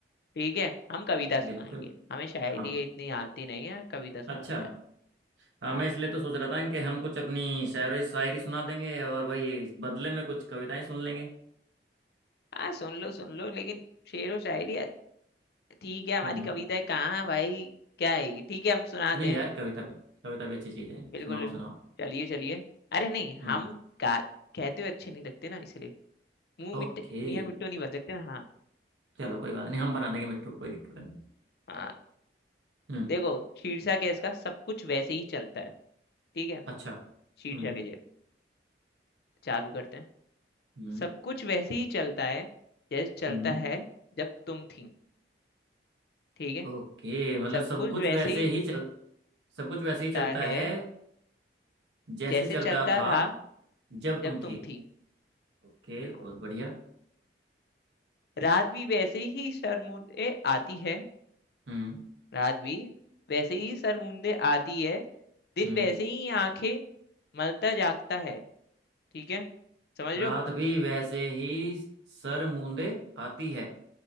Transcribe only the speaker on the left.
ठीक है हम कविता सुनाएंगे
हमें शायरी
इतनी आती नहीं है कविता सुनाते
हैं
हाँ
हाँ सुन लो सुन लो लेकिन शेर व शायरी ठीक है हमारी
कविताएं कहाँ है भाई क्या आएगी ठीक है हम सुनाते
हैं
बिल्कुल
बिल्कुल
चलिए चलिए अरे नहीं
हम गा कहते हुए अच्छे नहीं लगते ना इसलिए मुंह
मिट्टे मियाँ मिट्टू नहीं बन सकते ना हाँ
हाँ
देखो शीर्षक है इसका सब कुछ वैसे ही चलता है ठीक है
शीट
जगह चालू करते हैं
सब कुछ वैसे ही चलता है जैसे चलता
है जब तुम थी ठीक है
सब
कुछ
वैसे
ही चलता
है
जैसे
चलता
था
जब
तुम थी
बिल्कुल
रात भी वैसे ही सरमुंदे आती है
रात भी वैसे ही सरमुंदे आती है दिन
वैसे ही आंखें मलता जागता है ठीक है समझ
रहे हो